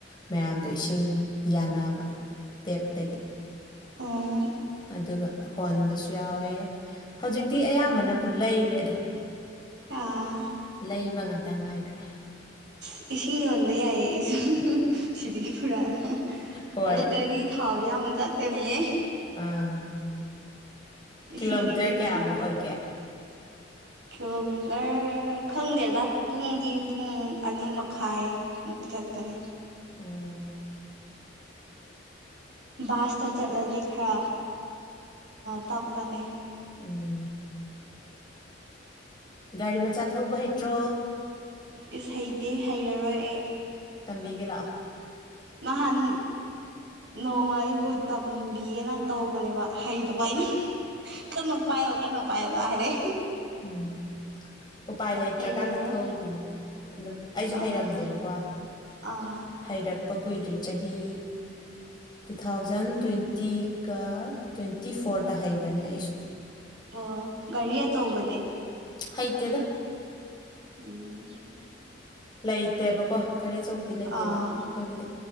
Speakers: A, on the left; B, on the right.
A: ꯃꯌꯥꯝꯗꯣ ꯏꯁꯤꯡ ꯌꯥꯟꯅꯅꯕ ꯇꯦꯞꯇꯒꯤ
B: ꯎꯝ
A: ꯑꯗꯨꯒ ꯍꯣꯟꯕꯁꯨ ꯌꯥꯎꯋꯦ ꯍꯧꯖꯤꯛꯇꯤ ꯑꯌꯥꯝꯕꯅꯕꯨ ꯂꯩꯔꯦꯗ
B: ꯑꯥ
A: ꯂꯩꯕ ꯉꯥꯛꯇ ꯉꯥꯏꯈ꯭ꯔꯦ
B: ꯑ ꯏꯁꯤꯡ ꯌꯣꯟꯕ ꯌꯥꯏꯌꯦ ꯑꯩꯁꯨ ꯁꯤꯗꯒꯤ ꯄꯨꯔꯛꯑꯒ
A: ꯍꯣꯏ
B: ꯑꯗꯣ ꯒꯥꯔꯤ ꯊꯥꯎꯗꯤ ꯌꯥꯝ ꯆꯠꯀꯅꯤꯌꯦ
A: ꯑꯥ
B: ꯏꯁꯤꯡꯒꯤ
A: ꯀꯤꯂꯣꯃꯤꯇꯔ
B: ꯗꯦꯡꯒꯤ
A: ꯀꯌꯥꯃꯨꯛ ꯑꯣꯏꯒꯦ
B: ꯀꯤꯂꯣꯃꯤꯇꯔ ꯈꯪꯗꯦꯗ ꯄꯨꯡꯗꯤ ꯄꯨꯡ ꯑꯅꯤ ꯃꯈꯥꯏ ꯃꯨꯛ ꯆꯠꯄꯅꯦ
A: ꯑꯣꯝ
B: ꯕꯥꯁꯇ ꯆꯠꯂꯗꯤ ꯈꯔ ꯇꯞꯄꯅꯦ
A: ꯎꯝ ꯒꯥꯔꯤ ꯃꯆꯥ ꯊꯧꯕ ꯍꯩꯇ꯭ꯔꯣ
B: ꯏꯁ ꯍꯩꯇꯦ ꯍꯩꯔꯔꯣꯏ ꯑꯩ
A: ꯇꯝꯕꯤꯒꯦ ꯂꯥꯛꯑꯣ
B: ꯅꯥꯍꯥꯟ ꯅꯣꯡꯃ ꯑꯩꯕꯨ ꯇꯝꯕꯤꯌꯦꯅ ꯇꯧꯕꯅꯦꯕ ꯍꯩꯇꯕ ꯑꯩꯅ ꯀꯟꯅꯥ ꯄꯥꯏꯌꯣ ꯀꯟꯅꯥ ꯄꯥꯏꯌꯣ ꯒꯥ ꯍꯥꯏꯔꯦ
A: ꯎꯝ ꯎꯄꯥꯏ ꯂꯩꯇ꯭ꯔꯀꯥꯟꯗ
B: ꯍꯩꯔꯔꯣꯏ
A: ꯊꯧꯈꯤꯅꯤꯗ ꯑꯗꯨꯝ ꯑꯩꯁꯨ
B: ꯑꯥ
A: ꯍꯩꯔꯝꯗꯦꯕꯀꯣ
B: ꯑꯥ
A: ꯍꯩꯔꯛꯄ ꯀꯨꯏꯗ꯭ꯔꯤ ꯆꯍꯤ ꯇꯨ ꯊꯥꯎꯖꯟ ꯇ꯭ꯋꯦꯟꯇꯤꯒ ꯇ꯭ꯋꯦꯟꯇꯤ ꯐꯣꯔꯗ ꯍꯩꯕꯅꯦ ꯑꯩꯁꯨ
B: ꯑꯣ ꯒꯥꯔꯤ ꯑꯆꯧꯕꯗꯤ
A: ꯍꯩꯇꯦꯗ
B: ꯎꯝ
A: ꯂꯩꯇꯦꯕꯀꯣ ꯒꯥꯔꯤ ꯑꯆꯧꯕ ꯗꯤ ꯂꯩꯇꯦꯕ
B: ꯑꯥ
A: ꯑꯩꯈꯣꯏꯒꯤꯗꯤ